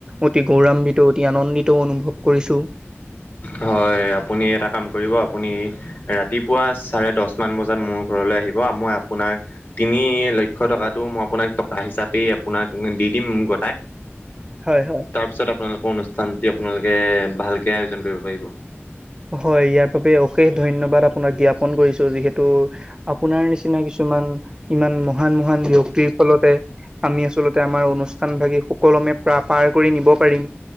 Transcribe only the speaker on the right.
অতি গৌৰাান্বিত অতি আনন্দিত অনুভৱ কৰিছো
হয় হয়।
হয় ইয়াৰ বাবে অশেষ ধন্যবাদ আপোনাক জ্ঞাপন কৰিছো যিহেতু আপোনাৰ নিচিনা কিছু ইমান ইমান মহান মহান ব্যক্তিৰ ফলতে আমি আচলতে আমাৰ অনুষ্ঠান ভাগি সুকলমে প্ৰ পাৰ কৰি নিব পাৰিম